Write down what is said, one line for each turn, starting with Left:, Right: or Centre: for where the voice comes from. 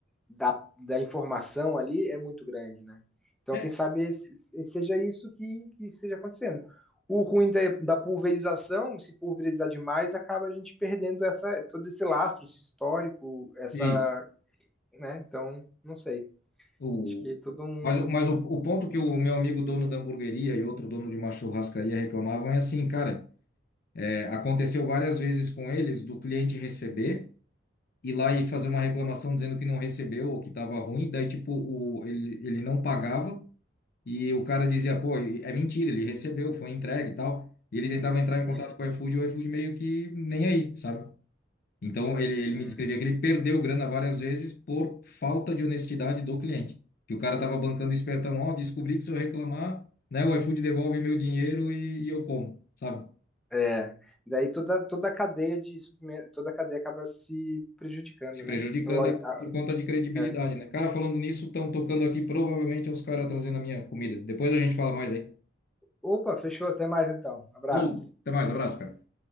Centre: da, da informação ali é muito grande, né? Então,
Left: É,
Centre: quem sabe seja isso que, que esteja acontecendo. O ruim da, da, pulverização, se pulverizar demais, acaba a gente perdendo essa, todo esse lastro, esse histórico, essa,
Left: isso.
Centre: né? Então, não sei.
Left: O,
Centre: Acho que é todo um,
Left: mas, o- mas o, o ponto que o meu amigo dono da hamburgueria e outro dono de uma churrascaria reclamavam é assim, cara, É, Aconteceu várias vezes com eles do cliente receber ir lá e fazer uma reclamação dizendo que não recebeu ou que estava ruim, daí tipo o, ele, ele não pagava e o cara dizia, pô, é mentira, ele recebeu, foi entregue e tal. E ele tentava entrar em
Centre: Uhum.
Left: contato com o iFood e o iFood meio que nem aí, sabe? Então ele, ele
Centre: Hum.
Left: me descrevia que ele perdeu grana várias vezes por falta de honestidade do cliente. Que o cara tava bancando espertão, ó, descobri que se eu reclamar, né, o iFood devolve meu dinheiro e, e eu como, sabe?
Centre: É, daí toda, toda a cadeia de suprimento- toda a cadeia acaba se prejudicando,
Left: se prejudicando
Centre: né? Então, Logo-
Left: é por
Centre: ah,
Left: conta de credibilidade,
Centre: é.
Left: né? Cara, falando nisso, estão tocando aqui, provavelmente é os caras trazendo a minha comida. Depois a gente fala mais aí.
Centre: Opa, fechou, até mais então. Abraço.
Left: Falou, até mais, abraço, cara.